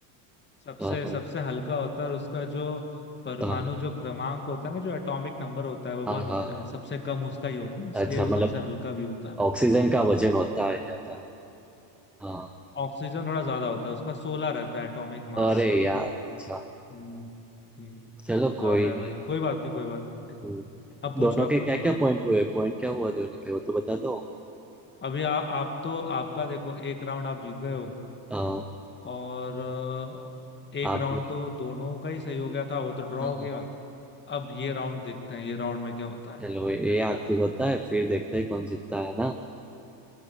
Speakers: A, on the left (about 20°); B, in the centre.
A: सबसे
B: हाँ हाँ
A: सबसे हल्का होता है और उसका जो परमाणु
B: हाँ
A: जो क्रमांक होता है ना जो एटॉमिक नंबर होता है वो
B: हाँ
A: वन
B: हाँ
A: होता
B: हाँ।
A: है सबसे कम उसका ही होता है इसलिए
B: अच्छा
A: वो
B: मतलब
A: सबसे हल्का भी होता है
B: ऑक्सीजन का वजन होता है ज्यादा हाँ
A: ऑक्सीजन थोड़ा ज्यादा होता है उसका सोलह रहता है एटॉमिक मास
B: अरे यार अच्छा
A: हम्म, हम्म,
B: चलो
A: ज्यादा
B: कोई
A: है
B: नहीं
A: भाई कोई बात नहीं कोई बात नहीं
B: हम्म,
A: अब पूछो
B: दोनों
A: अब
B: के
A: पूछो
B: क्या क्या
A: आप
B: पॉइंट हुए पॉइंट क्या हुआ दोनों के वो तो बता दो
A: अभी आ, आप तो आपका देखो एक राउंड आप जीत गए हो
B: हाँ
A: और अ, एक
B: आप
A: राउंड
B: भी
A: तो दोनों का ही सही हो गया था वो तो ड्रॉ
B: हाँ
A: हो
B: हाँ
A: गया अब ये राउंड देखते हैं ये राउंड में क्या होता है
B: चलो ये आखिरी होता है फिर देखते हैं कौन जीतता है ना